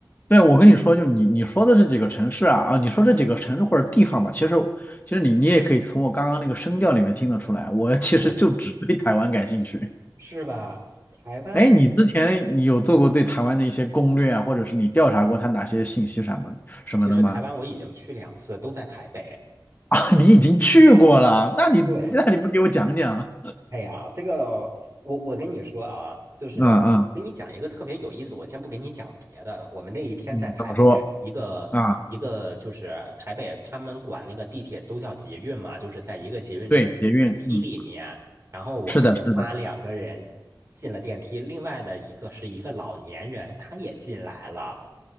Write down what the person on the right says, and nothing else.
对，是吧？台湾，
其实台湾我已经去两次，都在台北。
对，哎呀，这个我我跟你说啊，就是跟你讲一个特别有意思。
我先不跟你讲别的，我们那一天在台北一个一个就是台北，
他们管那个地铁都叫捷运嘛，就是在一个捷运车站的电梯里面，
然后我和我妈两个人进了电梯，
另外的一个是一个老年人，他也进来了，